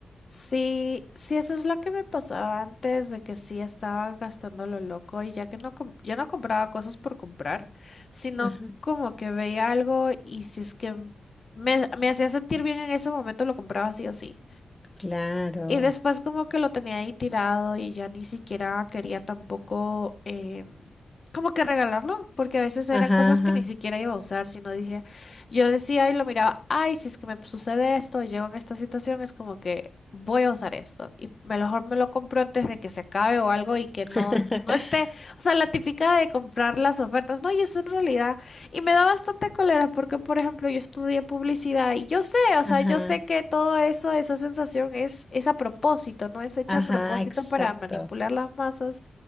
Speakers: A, on the left; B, on the left.
A: Sí, sí, eso es lo que me pasaba antes de que sí estaba gastando lo loco y ya que no, com- ya no compraba cosas por comprar, sino
B: Ajá.
A: como que veía algo y si es que me, me hacía sentir bien en ese momento lo compraba sí o sí.
B: Claro.
A: Y después como que lo tenía ahí tirado y ya ni siquiera quería tampoco em, como que regalarlo, porque a veces eran
B: Ajá,
A: cosas
B: ajá.
A: que ni siquiera iba a usar, sino dije, yo decía y lo miraba, ay, si es que me sucede esto, llego en esta situación, es como que voy a usar esto. Y mejor me lo compro antes de que se acabe o algo y que
B: <laughs>
A: no, no esté, o sea, la típica de comprar las ofertas, no, y eso en realidad... Y me da bastante cólera porque, por ejemplo, yo estudié publicidad y yo sé, o sea,
B: Ajá,
A: yo sé que todo eso, esa sensación es, es a propósito, no es hecha
B: ajá,
A: a propósito
B: exacto.
A: para manipular las masas,